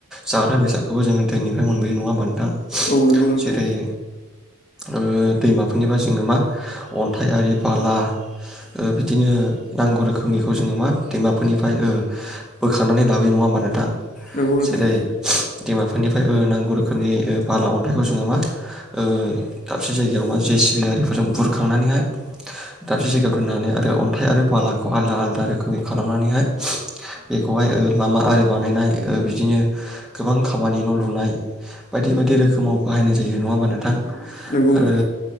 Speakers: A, in the centre; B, on the left (about 35°).
A: जाग्रा बेसादखौबो जोङो दैनिफ्राय मोनबोयो नङा होनबा नोंथां?
B: औ नंगौ नोंथां।
A: जेरै ओ दैमाफोरनिफ्राय जोङो मा अन्थाइ आरि बाला ओ बिदिनो नांगौ रोखोमनिखौ जोङो मा दैमाफोरनिफ्राय ओ बोखांनानै लाबोयो नङा होमबा नोंथां?
B: नंगौ नोंथां।
A: जेरै दैमाफोरनिफ्राय ओ नांगौ रोखोमनि ओ बाला अन्थाइखौ जोङो मा ओ दाबसे जायगायाव मा जे सि बि आरिफोरजों बुरखांनानैहाय दाबसे जायगायाव दोननानै आरो अन्थाइ आरो बालाखौ आलादा आलदा रोखोमनि खालामनानैहाय बेखौहाय ओ लामा आरि बानायनाय ओ बिदिनो गोबां खामानि न' लुनाय बायदि बायदि रोखोमाव बाहायनाय जायो नङा होमबा नोंथां? ओ
B: नंगौ नोंथां